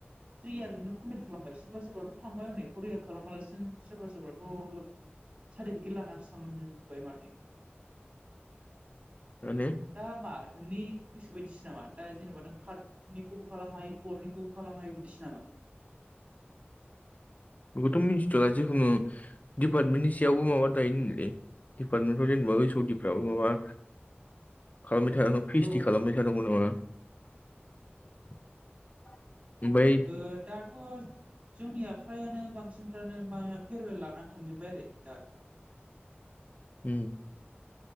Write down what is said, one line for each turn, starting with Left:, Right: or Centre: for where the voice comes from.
Right: थ्रि इयारजोंनो कमप्लिट खालामबाय सोरबा सोरबाथ' थांबाय हनै फर इयार खालामालासिनो सोरबा सोरबाथ' सार्टिफिकेट लानानानैसो थांबाय माथो।
Left: जानो
Right: दा मा नोंनि गोसो बायदिसो नामा दा जेनेबा नों थार्ड निखौबो खालामनो हायो फरनिखौबो खालामनो हायो बिदिसो नामा?
Left: बेखौथ' मिथिथया जिखुनु डिपार्टमेन्टनि सायावबो माबा दायो नोंलै डिपार्टमेन्टफ्राव जेनेबा ओसडिफ्राबो माबा खालामबाय <unintelligible> पिसटि
Right: औ
Left: खालामबाय थानांगौ नामा ओमफ्राय
Right: ओ दाथ' जोंनिया फ्रायानो बांसिनफ्रानो मा फेरवेल लानानै थांजोब्बाय आरो दा
Left: उम